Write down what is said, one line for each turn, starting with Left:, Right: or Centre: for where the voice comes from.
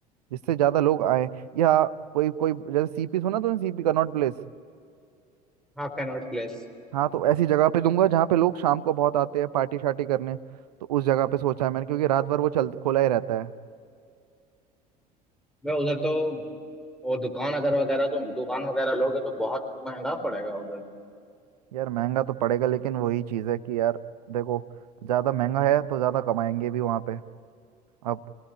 Right: जिससे ज्यादा लोग आए या कोई कोई जैसे सीपी सुना तो सीपी कनॉट प्लेस
Centre: हाँ कैनॉट प्लेस
Right: हाँ तो ऐसी जगह पे दूंगा जहाँ पे लोग शाम को बहुत आते हैं पार्टी शार्टी करने तो उस जगह पे सोचा है मैंने क्योंकि रात भर वो चल खुला ही रहता है
Centre: मैं उधर तो वो दुकान अगर वगैरह तुम दुकान वगैरह लोगे तो बहुत महंगा पड़ेगा उधर
Right: यार महंगा तो पड़ेगा लेकिन वही चीज़ है कि यार देखो ज़्यादा महंगा है तो ज़्यादा कमाएंगे भी वहाँ पे अब